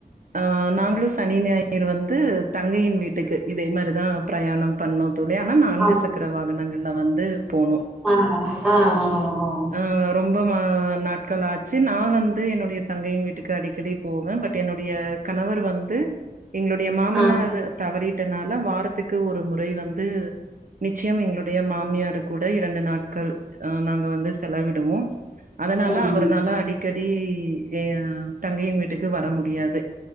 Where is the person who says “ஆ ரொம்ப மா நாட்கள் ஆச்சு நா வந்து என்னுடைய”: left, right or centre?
Right